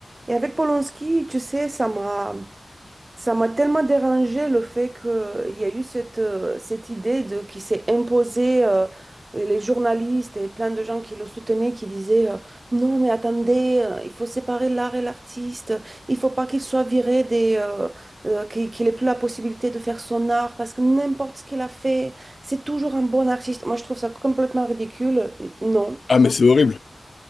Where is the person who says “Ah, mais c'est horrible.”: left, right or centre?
Left